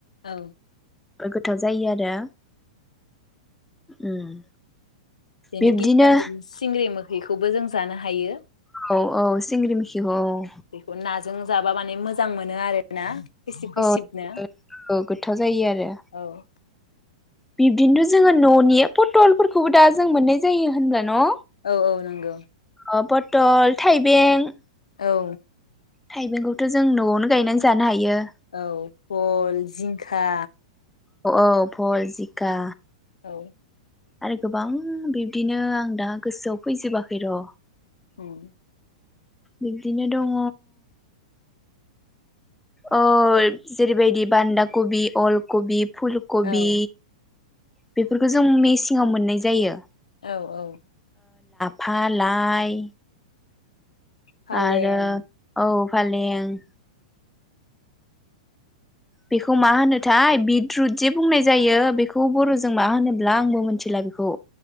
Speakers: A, on the left; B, in the centre.
A: औ
B: गोथाव जायो आरो उम।
A: बेनि
B: बिब्दिनो
A: गेजेराव‌ जों सिंग्रि मोग खैखौबो जों जानो हायो
B: औ औ सिंग्रि मैखिखौ औ।
A: बेखौ ना जों जाबा माने मोजां मोनो आरोना खैसिब खैसिबनो
B: औ औ गोथाव जायो आरो।
A: औ
B: बिबदिनोथ' जोङो न'नि पटलफोरखौबो दा जों मोननाय जायो होनब्ला न?
A: औ औ नंगौ
B: अ पथल थाइबें
A: औ
B: थाइबेंखौथ जों नआवनो गायनानै जानो हायो
A: औ भल, जिंखा
B: औ भल जिखा
A: औ
B: आरो गोबां बिब्दिनो आं दा गोसोआव फैजोबाखै र
A: उम
B: बिब्दिनो दङ अ जेरैबायदि बान्दा कबि, अलकबि फुलकबि
A: औ
B: बेफोरखौ जों मेसेंआव मोननाय जायो
A: औ औ
B: फा लाइ
A: फालें
B: आरो औ फालें बेखौ मा होनोथाय बिदरुद जे बुंनाय जायो बेखौ बरजों मा होनोब्ला आंबो मिथिला बेखौ